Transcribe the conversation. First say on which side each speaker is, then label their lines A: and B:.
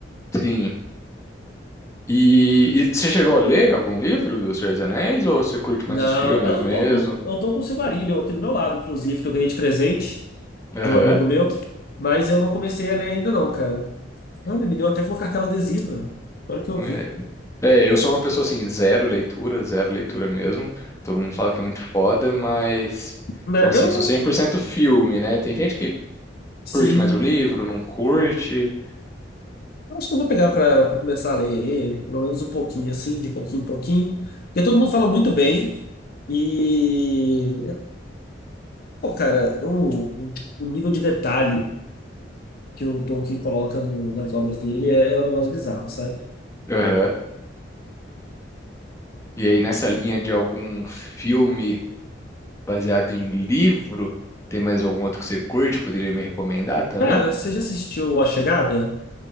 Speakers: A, on the left (about 15°); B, on the left (about 55°).
A: Sim. E, e você chegou a ler algum livro dos Senhor dos Anéis ou você curte
B: Não,
A: mais os filmes
B: eu não
A: mesmo?
B: tô com, eu tô com o Silmarillion aqui do meu lado, inclusive, que eu ganhei de presente
A: Aham.
B: de um amigo meu, mas eu não comecei a ler ainda não, cara. Olha, me deu até com uma cartela adesiva. Agora que eu
A: É.
B: vi.
A: É, eu sou uma pessoa assim, zero leitura, zero leitura mesmo. Todo mundo fala que é muito foda, mas.
B: Né,
A: Então, assim,
B: eu,
A: sou 100% filme, né? Tem gente que
B: sim.
A: curte mais o livro, não curte.
B: eu Acho que eu vou pegar para começar a ler ele, pelo menos um pouquinho, assim, de pouquinho em pouquinho. Porque todo mundo fala muito bem. E, pô, cara, o, o o nível de detalhe que o Tolkien coloca no- nas obras dele é, é um negócio bizarro, sabe?
A: Aham. E aí, nessa
B: É.
A: linha de algum filme baseado em livro, tem mais algum outro que você curte? Poderia me recomendar também?
B: Cara, você já assistiu A Chegada?